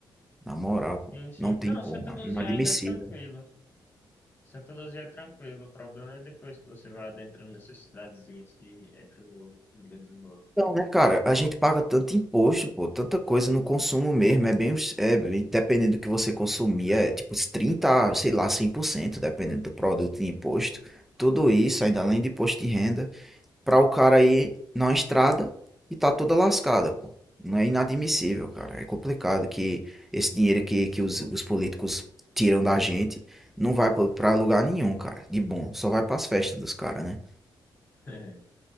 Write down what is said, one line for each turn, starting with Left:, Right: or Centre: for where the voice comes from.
Centre: Na moral, pô,
Left: Sim, sim.
Centre: não tem
Left: Não,
Centre: como,
Left: Santa Luzia
Centre: é inadmissível.
Left: ainda é tranquilo. Santa Luzia é tranquilo, o problema é depois que você vai adentrando nessas cidadezinhas que entra no no meio do norte.
Centre: Então, né, cara, a gente paga tanto imposto, pô, tanta coisa no consumo mesmo, é bem, os- é, bem- dependendo do que você consumir, é tipo uns 30, sei lá, 100%, dependendo do produto de imposto. Tudo isso, ainda além de imposto de renda, para o cara ir na estrada e tá toda lascada, pô. Não é inadmissível, cara. É complicado que esse dinheiro que, que os, os políticos tiram da gente não vai pra pra lugar nenhum, cara, de bom. Só vai pras festas dos caras, né?
Left: <laughs>